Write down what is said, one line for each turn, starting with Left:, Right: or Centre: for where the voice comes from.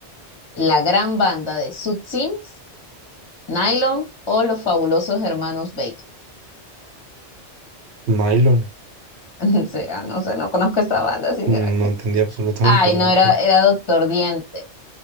Left: la gran banda de Sud Sims, Nylon o los fabulosos hermanos Baker.
Right: Nylon.
Left: <laughs> Será, no sé, no conozco esta banda, sinceramente.
Right: No entendí absolutamente
Left: Ay,
Right: nada.
Left: no, era,
Right: <laughs> pero-
Left: era Doctor Diente.